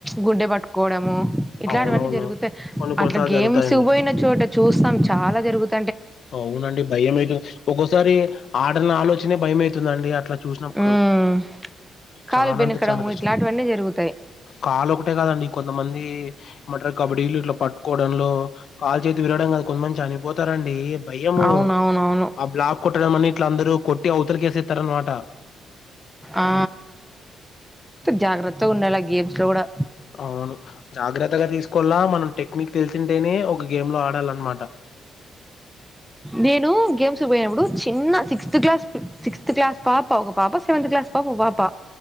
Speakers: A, in the centre; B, on the left.
A: గుండె పట్టుకోవడము ఇట్లాంటివన్నీ
B: అవునవును
A: జరుగుతాయి
B: కొన్ని కొన్నిసార్లు
A: అట్లా గేమ్స్
B: జరుగుతాయండి
A: పోయిన చోట చూస్తాం చాలా జరుగుత
B: అవునండి భయమయితుంది ఒక్కోసారి ఆడన ఆలోచనే భయమైతుందండి అట్లా చూసినప్పుడు
A: ఉమ్ కాలు
B: చానా
A: బెనకడము
B: అంటే చానా కష్టం
A: ఇట్లాంటివన్నీ జరుగుతాయి
B: కాలు ఒకటే కాదండి కొంతమంది ది ఏమంటారు కబడ్డీలు ఇట్లా పట్టుకోవడంలో కాల్ చేతి విరగడం కాదు కొంతమంది చనిపో తారండి భయము
A: అవునవునవును
B: ఆ బ్లాక్ కొట్టడంమని ఇట్లా అందరూ కొట్టి అవతలకేసేస్తారు అనమాట
A: ఆ
B: హ్మ్.
A: జాగ్రత్తగా ఉండాలే గేమ్స్ లో కూడా
B: అవును జాగ్రత్తగా తీసుకోలా మనం టెక్నిక్ తెలిసింటేనే ఒక గేమ్ లో ఆడాల అన్నమాట
A: నేను గేమ్స్ పోయినప్పుడు చిన్న సిక్స్త్ క్లాస్ సిక్స్త్ క్లాస్ పాపా ఒక పాపా సేవంత్ క్లాస్ పాప ఓ పాప